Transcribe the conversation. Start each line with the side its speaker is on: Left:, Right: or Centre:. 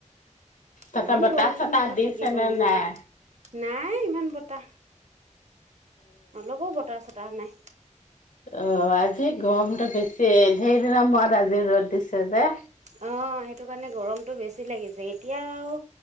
Left: তাতো
Right: ইমান
Left: বতা
Right: গৰমত
Left: ছটা
Right: মানুহ
Left: দিছেনে
Right: থাকিব নোৱাৰি
Left: নাই?
Right: নাই ইমান বতাহ অ ল'ব বতাহ চতাহ নাই
Left: অ আজি গৰমতো বেছি সেইদিনা মৰত আজি ৰ'দ দিছে যে
Right: অ সেইটো কাৰণে গৰমতটো বেছি লাগিছে এতিয়া আৰু